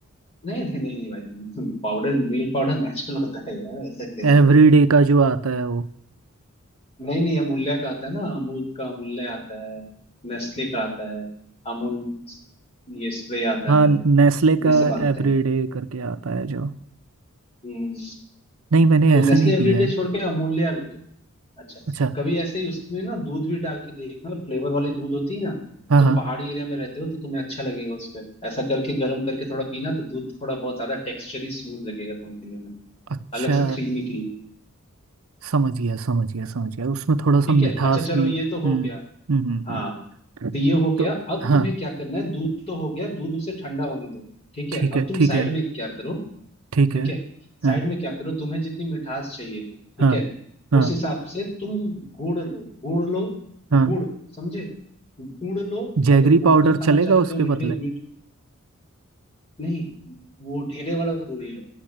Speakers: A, on the left; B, on the right.
A: नहीं नहीं नहीं नहीं भाई <laughs> पाउडर मिल्क पाउडर नेचुरल होता है यार ऐसा कैसे
B: एवरीडे
A: बोल रहे
B: का जो आता है वो
A: हो नहीं नहीं अमूल्य का आता है ना अमूल का अमूल्य आता है नेस्ले का आता है अमूल ये स्प्रे आता
B: हाँ
A: है
B: नेस्ले
A: ये
B: का
A: सब आते
B: एवरीडे
A: हैं
B: करके आता है जो
A: हम्म,
B: नहीं मैंने
A: तो
B: ऐसे
A: नेस्ले
B: नहीं
A: एवरीडे
B: पिया है
A: छोड़ के अमूल्य लो अच्छा
B: अच्छा
A: कभी ऐसे ही उसमें ना दूध भी डाल के देखना फ्लेवर वाली दूध होती है ना
B: हाँ
A: तुम
B: हाँ
A: पहाड़ी एरिया में रहते हो तो तुम्हें अच्छा लगेगा उसपे ऐसा करके गर्म करके थोड़ा पीना तो दूध थोड़ा बहुत ज्यादा टेक्सचरी स्मूथ लगेगा तुम्हें पीने में
B: अच्छा
A: अलग सा क्रीमी क्रीमी
B: समझ गया समझ गया समझ गया उसमें थोड़ा सा
A: ठीक
B: मिठास
A: है अच्छा चलो
B: भी
A: ये तो हो
B: हम्म
A: गया
B: हम्म हम्म
A: हाँ
B: हम्म।
A: तो ये हो गया
B: तो
A: अब
B: हाँ
A: तुम्हें क्या करना है दूध तो हो गया दूध उसे ठंडा होने दो ठीक है
B: ठीक
A: अब
B: है
A: तुम
B: ठीक
A: साइड
B: है
A: में क्या करो
B: ठीक
A: ठीक
B: है
A: है
B: हाँ
A: साइड में क्या करो तुम्हें जितनी मिठास चाहिए ठीक
B: हाँ
A: है
B: हाँ
A: उस हिसाब से तुम गुड़ लो गुड़ लो
B: हाँ
A: गुड़ समझे गुड़ लो
B: जैगरी
A: अगर गुड़
B: पाउडर
A: का खाना
B: चलेगा
A: चाहते
B: उसके
A: हो मीठे
B: बदले
A: मीठ नहीं वो ढेले वाला गुड़ ही लो